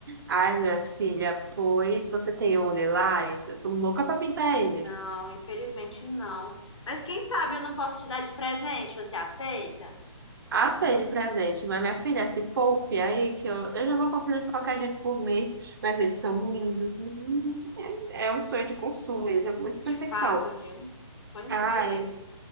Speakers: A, on the right; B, on the left.
A: Ai, minha filha, pois você tem um lilás? Eu tô louca pra pintar ele.
B: Não, infelizmente não. Mas quem sabe eu não posso te dar de presente, você aceita?
A: Aceite de presente, mas minha filha, se poupe aí, que eu, eu já vou comprando de qualquer jeito por mês, mas eles são lindos. Hum, É um sonho de consumo, eles é muito perfeição.
B: De fato, viu? São incríveis.
A: Ai,